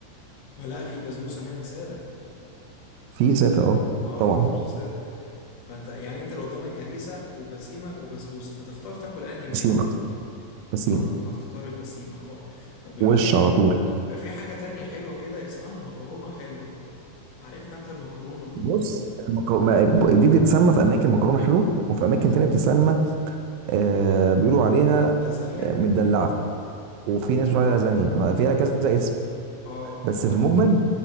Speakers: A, on the left (about 90°); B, on the right (about 80°).
A: ولا في بسبوسة منها سادة
B: في ساده اه
A: اه في
B: طبعا
A: بسبوسة سادة فأنت يعني أنت لو قدامك هريسة وبسيمة وبسبوسة هتختار تاكل أنهي منهم؟
B: بسيمة بسيمه
A: هت... هتختار البسيمة اه طب بيبقى
B: وش
A: في
B: على طول
A: بيبقى في حاجة تانية حلوة كده اسمها مكرونة حلوة عارفها أنت المكرونة دي
B: بص المك... ما... دي بتتسمى في اماكن مكرونه حلوه وفي اماكن تانية بتتسمى آه بيقولوا عليها
A: لازانيا
B: آه، مدلعه وفي ناس بتقول عليها لازانيا ما فيها كذا اسم
A: اه
B: بس
A: اه
B: في المجمل